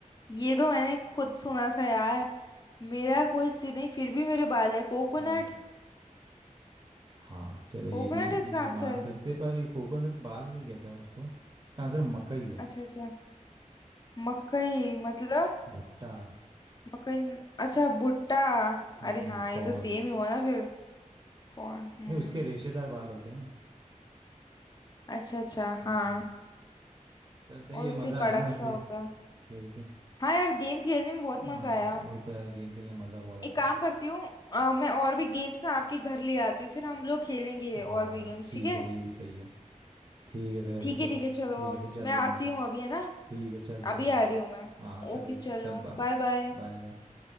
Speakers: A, on the left; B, on the right.
A: ये तो मैंने खुद सुना था यार
B: अच्छा
A: मेरा कोई सिर नहीं फिर भी मेरे बाल है कोकोनट
B: हम्म हाँ चलो ये
A: कोकोनट
B: भी
A: इसका
B: ये मान
A: आंसर
B: सकते हैं, पर ये कोकोनट बाल नहीं कहते हम उसको इसका आंसर मकई है
A: अच्छा अच्छा मकई मतलब
B: भुट्टा
A: मकई मत- अच्छा भुट्टा
B: हम्म
A: अरे हाँ
B: कॉर्न
A: ये तो सेम ही हुआ ना फिर कौन हम्म
B: नहीं उसके रेशेदार बाल होते हैं ना
A: अच्छा अच्छा
B: हाँ
A: हाँ
B: चल सही
A: और
B: है
A: उसके
B: मज़ा
A: कड़क
B: आया वैसे
A: सा होता है
B: खेल के
A: हाँ यार गेम खेलने में बहुत मजा
B: हाँ
A: आया
B: वो तो है गेम खेलने मज़ा बहुत आता
A: एक काम
B: है
A: करती हूँ अ, मैं और भी गेम्स ना आपके घर ले आती हूँ फिर हम लोग खेलेंगे
B: हाँ
A: और भी गेम्स
B: ठीक
A: ठीक है
B: है ये भी सही है ठीक है फिर ऐसा
A: ठीक
B: तो
A: है ठीक है चलो
B: ठीक है फिर जल्दी
A: मैं आती
B: मिलते हैं
A: हूँ अभी है ना
B: ठीक है चल फिर
A: अभी
B: बाय
A: आ रही हूँ मैं
B: हाँ हाँ चल
A: ओके
B: जल्दी
A: चलो
B: चल बाय
A: बाय बाय
B: Bye bye